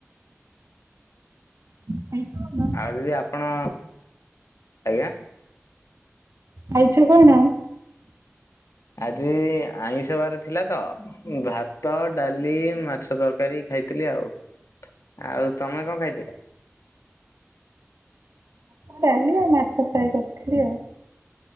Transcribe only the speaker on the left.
ଆଉ ଦିଦି ଆପଣ? ଆଜ୍ଞା।
ଆଜି ଆଇଁଷ ବାର ଥିଲା ତ। ଭାତ, ଡାଲି, ମାଛ ତରକାରୀ ଖାଇଥିଲି ଆଉ। ଆଉ ତମେ କଣ ଖାଇଥିଲ?